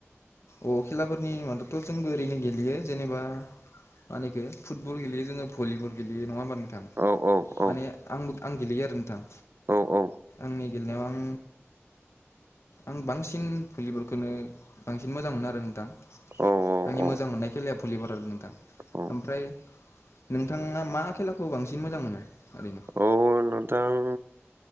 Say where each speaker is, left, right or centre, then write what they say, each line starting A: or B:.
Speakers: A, on the left (about 70°); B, on the right (about 55°).
A: अ खेलाफोरनि मादावथ' जोंबो ओरैनो गेलेयो जेनेबा मा होनो इखौ फुटबल गेलेयो जोङो भलिबल गेलेयो नङा होमबा नों थां
B: औ औ औ
A: माने आंबो आं गेलेयो आरो नोंथां
B: औ औ
A: आंनि गेलेनायाव आं आं बांसिन भलि बलखौनो सिन मोजां मोनो आरो नोंथां
B: औ
A: आंनि
B: औ
A: मोजां मोननाय खेलाया भलिबल आरो नोंथां।
B: औ
A: ओमफ्राय नोंथाङा मा खेलाखौ बांसिन मोजां मोनो ओरैनो?
B: औ नोंथां।